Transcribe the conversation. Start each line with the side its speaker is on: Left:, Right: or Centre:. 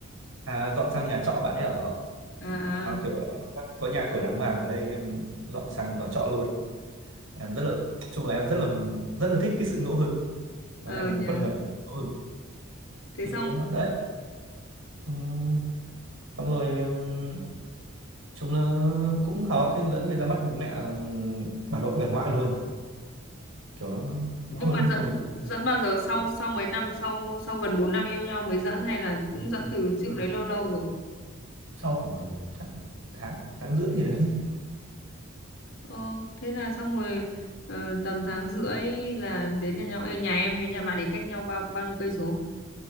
Right: à, dọn sang nhà trọ bạn ấy ở
Left: à
Right: mà
Left: à
Right: kiểu em đang có nhà cửa đàng hoàng ở đây em dọn sang ở trọ luôn em rất là chung là em rất là rất là thích cái sự ngẫu hứng
Left: ờ
Right: Nói em là
Left: nhà
Right: một con người ngẫu hứng
Left: thế
Right: thì
Left: xong
Right: ờ, đấy Ừm, xong rồi ừm, chúng là cũng hợp thì dẫn về ra mắt bố mẹ ừm, bà nội bà ngoại luôn kiểu nó
Left: nhưng
Right: ngẫu hứng
Left: mà dẫn
Right: ngẫu hứng
Left: dẫn bao giờ sau sau mấy năm sau sau gần 4 năm yêu nhau mới dẫn hay là cũng dẫn từ trước đấy lâu lâu rồi
Right: sau khoảng tầm chắc một tháng tháng rưỡi gì đấy
Left: ờ, thế là xong rồi ờ, tầm tháng rưỡi là đến nhà nhau Ê, nhà em với nhà bạn ấy cách nhau bao bao nhiêu cây số